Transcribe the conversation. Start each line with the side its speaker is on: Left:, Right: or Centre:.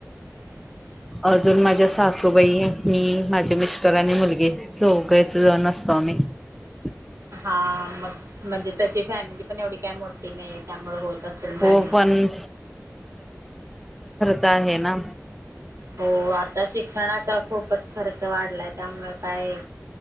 Right: ह
Centre: अजून माझ्या सासूबाई आहेत. मी माझे मिस्टर आणि मुलगी. चौघच जण असतो. <unintelligible>
Right: हा. मग म्हणजे तशी फॅमिली- पण एवढी काही मोठी नाहीए. त्यामुळे होत असेल
Centre: हो
Right: मॅनेज.
Centre: पण जाहे ना
Right: हो आता शिक्षणाचा खूपच खर्च वाढलाय त्यामुळं काय